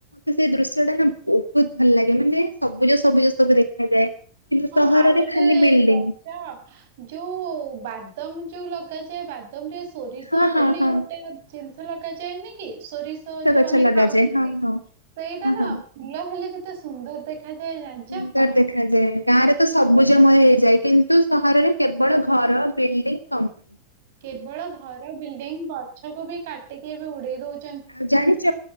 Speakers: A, on the left; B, on the right.
A: ସେଇ ଦୃଶ୍ୟ ଟା ନା ବହୁତ ଭଲଲାଗେ ମାନେ ସବୁଜ ସବୁଜ ସବୁ ଦେଖାଯାଏ। କିନ୍ତୁ
B: ହଁ
A: ସହରରେ
B: ଆଉ ଗୋଟେ
A: ଖାଲି ବିଲ୍ଡିଂ
B: ଜାଣିଛ ଯୋଉ ବାଦମ ଯୋଉ ଲଗାଯାଏ ବାଦମରେ ସୋରିଷ
A: ହଁ ହଁ
B: ବୋଲି
A: ହଁ
B: ଗୋଟେ ଜିନିଷ ଲଗାଯାଏନି କି ସୋରିଷ ଯୋଉ
A: ଗଛ
B: ଆମେ
A: ଲଗାଯାଏ
B: ଖାଉଛନ୍ତି
A: ହଁ ହଁ
B: ସେଇଟା
A: ହଁ
B: ନା
A: ହଁ।
B: ଫୁଲ ହେଲେ କେତେ ସୁନ୍ଦର ଦେଖ ଦେଖାଯାଏ ଜାଣିଚ।
A: ସୁନ୍ଦର ଦେଖାଯାଏ। ଗାଁରେ ତ ସବୁଜମୟ ହେଇଯାଏ କିନ୍ତୁ ସହରରେ କେବଳ ଘର ବିଲ୍ଡିଙ୍ଗ କମ୍ପ
B: କେବଳ ଘର ବିଲ୍ଡିଙ୍ଗ ଗଛକୁ ବି କାଟିକି ଏ ବି ଉଡେଇ ଦଉ
A: ଆଉ ଜାଣିଛ